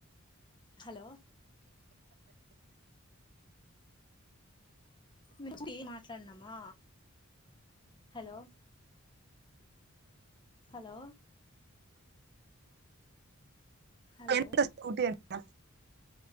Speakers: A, on the left; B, on the right.
A: హలో మీచ్టి మాట్లాడునామా హలో హలో హలో
B: ఎంత స్కూటీ అంటా